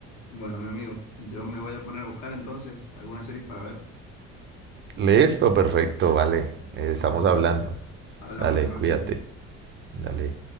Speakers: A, on the left; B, on the right.
A: Bueno, mi amigo, yo me voy a poner a buscar entonces algunas series para ver.
B: Listo, perfecto, vale. Eh,
A: Te Dejo
B: estamos
A: por
B: hablando.
A: ahora. Hablamos
B: Dale,
A: la próxima.
B: cuídate. Dale.